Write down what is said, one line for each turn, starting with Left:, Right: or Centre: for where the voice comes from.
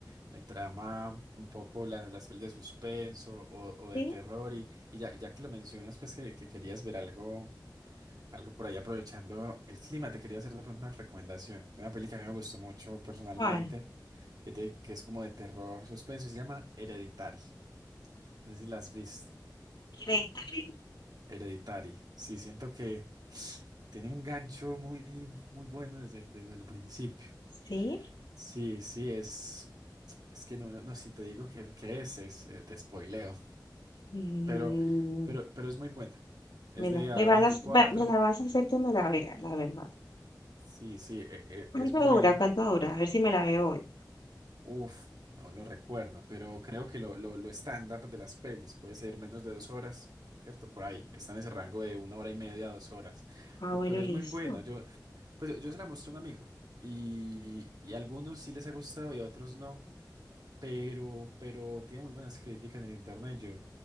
Right: me trama un poco la- las pelis de suspenso o, o de
Left: ¿Sí?
Right: terror. Y, y ya, ya que lo mencionas, pues que, que querías ver algo, algo por ahí aprovechando el clima, te quería hacer de pronto una recomendación. Una peli que a mí me gustó mucho personalmente,
Left: ¿Cuál?
Right: que, te- que es como de terror, suspenso, y se llama Hereditary. No sé si la has visto.
Left: Hereditario.
Right: Hereditary. Sí, siento que tiene un gancho muy, muy bueno desde el, desde el principio.
Left: Sí.
Right: Sí, sí, es, es que no, no, no, si te digo que, que es, es, eh, te spoileo,
Left: Mm,
Right: pero, pero, pero es muy buena. Es
Left: me
Right: de
Left: la,
Right: a
Left: me vas
Right: veinticuatro.
Left: a, hac- va- me la vas a hacer que me la vea, la verdad.
Right: sí, sí, e- e-
Left: ¿Cuánto
Right: es buena.
Left: dura? ¿Cuánto dura? A ver si me la veo hoy.
Right: Uf, no lo recuerdo, pero creo que lo, lo, lo estándar de las pelis puede ser menos de dos horas, ¿cierto? Por ahí, está en ese rango de una hora y media a dos horas,
Left: Ah,
Right: Pe-
Left: bueno,
Right: pero es
Left: listo.
Right: muy buena. Yo, pues yo se la mostré a un amigo y, y a algunos sí les ha gustado y a otros no. pero, pero tiene muy buenas críticas en internet. Yo, yo